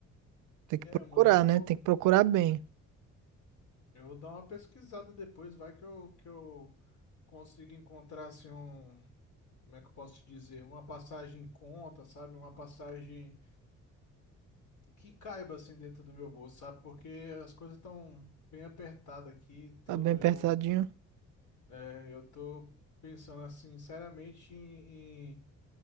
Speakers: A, on the right; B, on the left.
A: Tem que
B: É,
A: procurar,
B: mano, eu vou.
A: né? Tem que procurar bem.
B: Eu vou dar uma pesquisada depois, vai que eu, que eu consigo encontrar assim um, como é que eu posso te dizer, uma passagem em conta, sabe? Uma passagem que caiba assim dentro do meu bolso, sabe? Porque as coisas estão bem apertadas aqui, e tudo.
A: Tá bem apertadinho.
B: Eu é, eu tô pensando assim, seriamente em,